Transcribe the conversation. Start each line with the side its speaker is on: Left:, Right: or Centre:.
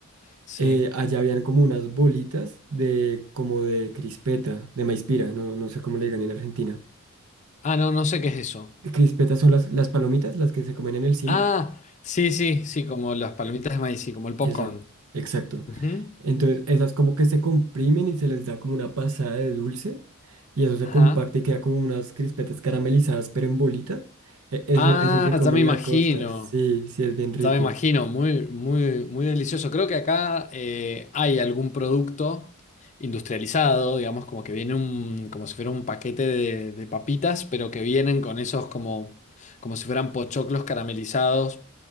Left: Sí.
Right: eh, allá habían como unas bolitas de como de crispeta, de maíz pira, no, no sé cómo le digan en Argentina.
Left: Ah, no, no sé qué es eso.
Right: Crispetas son las, las palomitas, las que se comen en el cine.
Left: Ah, sí, sí, sí, como las palomitas de maíz, sí, como el popcorn.
Right: Eso, exacto.
Left: Ujú.
Right: Entonces, esas como que se comprimen y se les da como una pasada de dulce y eso se
Left: Ajá.
Right: comparte y queda como unas crispetas caramelizadas pero en bolitas. E- Eso,
Left: Ah,
Right: eso se come
Left: ya me
Right: en
Left: imagino.
Right: la costa. Sí, sí, es bien rico.
Left: Ya me imagino, muy, muy, muy delicioso. Creo que acá eh, hay algún producto industrializado, digamos, como que viene un, como si fuera un paquete de, de papitas, pero que vienen con esos como, como si fueran pochoclos caramelizados